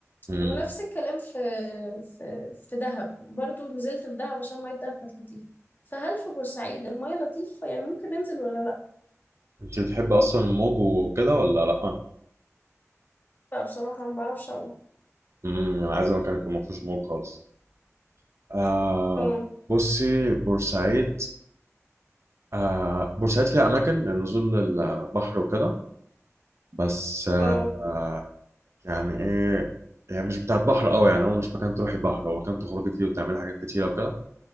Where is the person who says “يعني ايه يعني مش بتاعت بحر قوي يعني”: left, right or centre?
Right